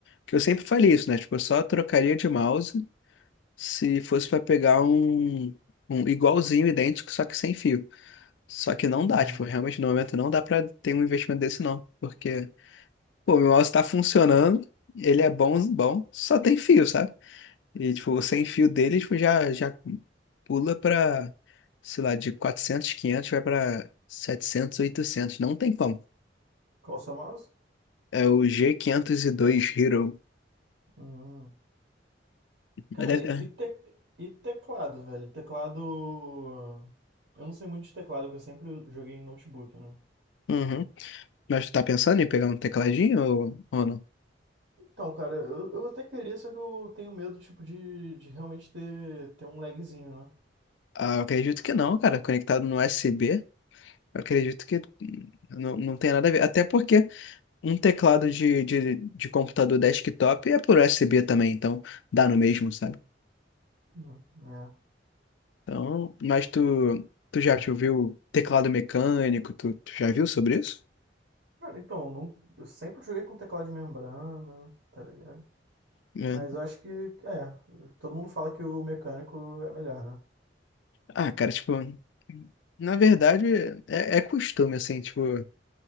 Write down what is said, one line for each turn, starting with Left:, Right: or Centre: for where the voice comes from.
Left: que eu sempre falei isso, né? Tipo, eu só trocaria de mouse se fosse pra pegar um, um igualzinho, idêntico, só que sem fio. Só que não
Right: Uhum.
Left: dá, tipo, realmente no momento não dá pra ter um investimento desse não. Porque, pô, meu mouse tá funcionando, ele é bom, bom, só tem fio, sabe? E, tipo, o sem fio dele, tipo, já, já pula pra, sei lá, de 400, 500 vai pra 700, 800, não tem como.
Right: Qual o seu mouse?
Left: É o g quinhentos e dois Hero.
Right: Uhum. Cara,
Left: Mas deve-
Right: e,
Left: é.
Right: e, te- e teclado, velho? Teclado. Eu não sei muito de teclado, porque eu sempre joguei em notebook, né?
Left: Uhum. Mas tu tá pensando em pegar um tecladinho ou, ou não?
Right: Então, cara, eu, eu até queria, só que eu tenho medo, tipo, de, de realmente ter, ter um lagzinho, né?
Left: Ah, eu acredito que não, cara. Conectado no U S USB, eu acredito que hum, não, não tem nada a ver. Até porque um teclado de, de, de computador desktop é por U S B também, então dá no mesmo, sabe?
Right: Hum, é.
Left: Então, mas tu, tu já te viu teclado mecânico? Tu, tu já viu sobre isso?
Right: Cara, então, eu, não- eu sempre joguei com teclado de membrana, tá ligado?
Left: É.
Right: Mas eu acho que, é, todo mundo fala que o mecânico é melhor, né?
Left: Ah, cara, tipo, na verdade é, é costume, assim, tipo.